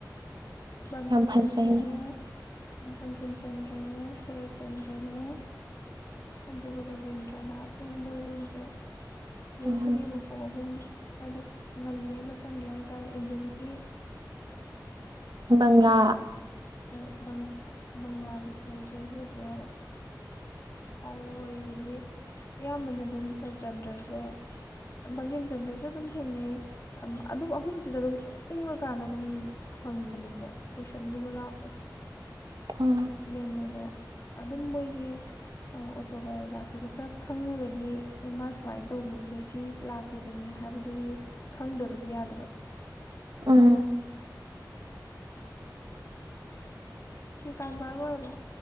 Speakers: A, on the left; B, on the right.
A: ꯕꯪꯀꯤꯝ
B: ꯌꯥꯝ ꯐꯖꯩ
A: ꯆꯟꯗ꯭ꯔꯅꯦ ꯕꯪꯀꯤꯝ ꯆꯟꯗ꯭ꯔꯅꯦ ꯁꯔꯠꯆꯟꯗ꯭ꯔꯅꯦ ꯑꯗꯨꯒ ꯔꯕꯤꯗ꯭ꯔꯅꯥꯊꯅꯦ ꯃꯣꯏꯒꯨꯟꯁꯦ ꯌꯣꯠꯁꯕꯤ
B: ꯎꯝ
A: ꯑꯃ ꯄꯨꯡ ꯑꯍꯨꯝ ꯍꯥꯏꯗꯤ ꯉꯜꯂꯤꯉꯩ ꯃꯇꯝꯒꯤ ꯍꯥꯏꯇꯥꯔꯦ ꯏꯟꯗꯤꯌꯟꯒꯤ
B: ꯎꯝꯕꯂꯥ
A: ꯍꯣꯏꯕ ꯕꯪꯂꯥꯒꯤ ꯇ꯭ꯔꯦꯖꯔꯒꯤ ꯑꯗꯨꯥꯏꯅ ꯑꯐꯥꯎ ꯑꯣꯏꯕꯒꯤ ꯑꯌꯥꯝꯕꯅ ꯑꯗꯨꯝ ꯁꯔꯆꯟꯗ꯭ꯔꯁꯦ ꯕꯪꯒꯦꯝ ꯆꯟꯗ꯭ꯔꯁꯨ ꯑꯗꯨꯝ ꯊꯦꯡꯅꯩ ꯑꯗꯨꯝ ꯑꯍꯨꯝꯁꯤꯗ ꯑꯗꯨꯝ ꯎꯪꯉꯀꯥꯟꯗ ꯑꯗꯨꯝ ꯍꯪꯕꯅꯦꯕ ꯀꯣꯏꯁꯟꯒꯨꯝꯕ ꯂꯥꯛꯄꯁꯦ
B: ꯎꯝ
A: ꯃꯦꯟ ꯑꯣꯏꯅ ꯑꯗꯨꯝ ꯃꯣꯏꯒꯤ ꯑꯣꯇꯣꯕꯥꯏꯌꯣꯒ꯭ꯔꯥꯐꯤꯗꯣ ꯈꯔ ꯈꯪꯉꯒꯗꯤ ꯑꯦ ꯃꯥ ꯁꯨꯃꯥꯏꯅ ꯇꯧꯈꯤꯕꯗꯣ ꯁꯤ ꯂꯥꯛꯀꯦ ꯈꯤꯕꯅꯤ ꯍꯥꯏꯕꯗꯨꯒꯤ ꯈꯪꯗꯕꯗꯤ ꯌꯥꯗꯕ
B: ꯎ
A: ꯁꯤ꯭ꯔꯤ ꯀꯝꯄꯥꯜ ꯑꯣꯏꯔꯕꯣ